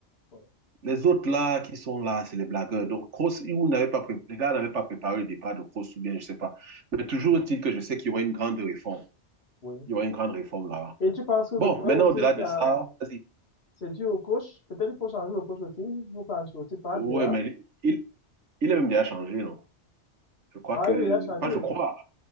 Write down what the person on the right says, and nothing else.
Les autres là qui sont là, c'est les blagueurs. Donc, Kroos, n'avait pas pré... les gars n'avaient pas préparé le départ de Kroos ou bien, je ne sais pas. Mais toujours est-il que je sais qu'il y aura une grande réforme.
Il y aura une grande réforme là-bas.
Bon,
maintenant,
au-delà de
ça, vas-y.
Ouais,
mais il, il est même déjà changé, non? Je crois
que.
Pas, je crois.